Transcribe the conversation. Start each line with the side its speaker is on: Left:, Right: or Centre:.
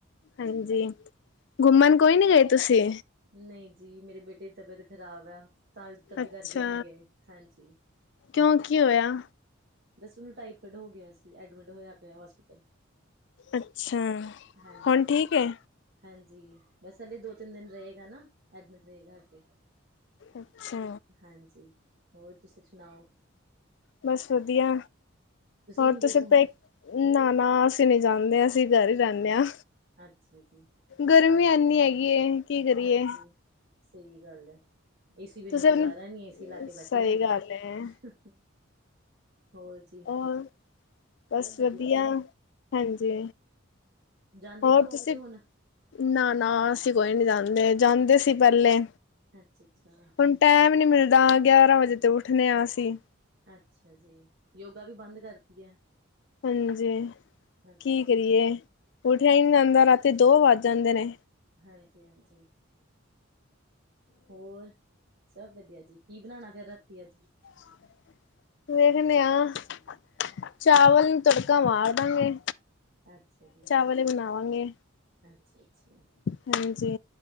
Left: ਹਾਂਜੀ ਘੁੰਮਣ ਕੋਈ ਨੀ ਗਏ ਤੁਸੀਂ?
Right: ਨਹੀਂ ਜੀ ਮੇਰੇ ਬੇਟੇ ਦੀ ਤਬੀਅਤ ਖ਼ਰਾਬ ਹੈ ਤਾਂ ਤੱਦ
Left: ਅੱਛਾ
Right: ਕਰਕੇ ਨਹੀਂ ਗਏ ਹਾਂਜੀ
Left: ਕਿਉਂ ਕੀ ਹੋਇਆ
Right: ਦਸ ਉਹਨੂੰ ਟਾਈਫਡ ਹੋ ਗਿਆ ਸੀ ਐਡਮਿਟ ਹੋਇਆ ਪਿਆ ਹੋਸਪਿਟਲ
Left: ਅੱਛਾ
Right: ਹਾਂਜੀ
Left: ਹੁਣ
Right: ਹਾਂਜੀ
Left: ਠੀਕ ਹੈ।
Right: ਹਾਂਜੀ ਬਸ ਹਲੇੇ ਦੋ ਤਿੰਨ ਦਿਨ ਰਹੇਗਾ ਨਾ ਐਡਮਿਟ ਰਹੇਗਾ ਹਜੇ
Left: ਅੱਛਾ
Right: ਹਾਂਜੀ ਹੋਰ ਤੁਸੀਂ ਸੁਣਾਓ
Left: ਬਸ ਵਧੀਆ ਹੋਰ
Right: ਨੀ ਗਏ
Left: ਤੁਸੀਂ
Right: ਘੁੰਮਣ
Left: ਤਾਂ ਨਾ ਨਾ ਅਸੀਂ ਨੀ ਜਾਂਦੇ ਅਸੀਂ ਘਰ ਹੀ ਰਹਿੰਦੇ ਹਾਂ।
Right: ਅੱਛਾ ਜੀ।
Left: ਗਰਮੀ ਇੰਨੀ ਹੈਗੀ ਹੈ। ਕੀ ਕਰੀਏ
Right: ਹਾਂਜੀ ਸਹੀ ਗੱਲ ਹੈ। ਏਸੀ ਬਿਨਾਂ
Left: ਤੁਸੀਂ
Right: ਗੁਜ਼ਾਰਾ
Left: ਆਪਣੇ
Right: ਨੀ ਏਸੀ ਲਾ ਕੇ ਬੈਠੇ
Left: ਸਹੀ
Right: ਰਹੋ।
Left: ਗੱਲ ਹੈ।
Right: ਹੋਰ ਜੀ
Left: ਹੋਰ ਬਸ
Right: ਸਭ
Left: ਵਧੀਆ
Right: ਜੀ
Left: ਹਾਂਜੀ।
Right: ਜਾਂਦੇ
Left: ਹੋਰ
Right: ਨੀ ਵੋਕ
Left: ਤੁਸੀਂ
Right: ਤੇ ਹੁਣ
Left: ਨਾ ਨਾ ਅਸੀਂ ਕੋਈ ਨੀ ਜਾਂਦੇ ਜਾਂਦੇ ਸੀ ਪਹਿਲੇ
Right: ਅੱਛਾ ਅੱਛਾ।
Left: ਹੁਣ ਟਾਈਮ ਨੀ ਮਿਲਦਾ ਗਿਆਰਾਂ ਵਜੇ ਤੋਂ ਉੱਠਣੇ ਹਾਂ ਅਸੀਂ
Right: ਅੱਛਾ ਜੀ ਯੋਗਾ ਵੀ ਬੰਦ ਕਰਤੀ ਹੈ।
Left: ਹਾਂਜੀ
Right: ਅੱਛਾ
Left: ਕੀ
Right: ਅੱਛਾ
Left: ਕਰੀਏ ਉਠਿਆ ਹੀ ਨਹੀਂ ਜਾਂਦਾ ਰਾਤੀ ਦੋ ਵੱਜ ਜਾਂਦੇ ਨੇ
Right: ਹਾਂਜੀ ਹਾਂਜੀ ਹੋਰ? ਸਭ ਵਧੀਆ ਜੀ ਕੀ ਬਣਾਉਣਾ ਫੇਰ ਰਾਤੀ ਅੱਜ
Left: <inaudible> ਵੇਖਦੇ ਆ ਚਾਵਲ ਨੂੰ ਤੜਕਾ ਮਾਰ ਦਾਂਗੇ
Right: ਅੱਛਾ ਜੀ।
Left: ਓਵੀ ਮਨਾਵਾਂਗੇ
Right: ਅੱਛਾ ਅੱਛਾ।
Left: ਹਾਂਜੀ